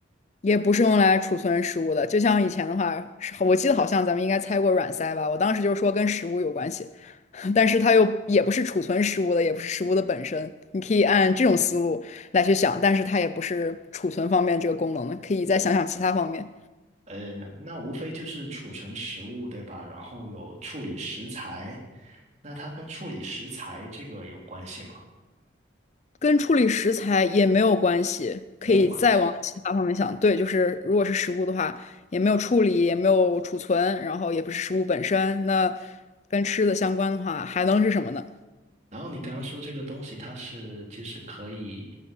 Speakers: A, on the left (about 35°); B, on the right (about 35°).
A: 也不是用来储存食物的。就像以前的话，是我记得好像咱们应该猜过软塞吧，我当时就说跟食物有关系。但是它又也不是储存食物的，也不是食物的本身。你可以按这种思路来去想，但是它也不是储存方面这个功能的，可以再想想其他方面，
B: 呃，那无非就是储存食物，对吧？然后有处理食材，那它跟处理食材这个有关系吗？
A: 跟处理食材也没有关系，
B: 没有关系。
A: 可以再往其他方面想。对，就是如果是食物的话，也没有处理，也没有储存，然后也不是食物本身，那跟吃的相关的话，还能是什么呢？
B: 然后你刚刚说这个东西，它是就是可以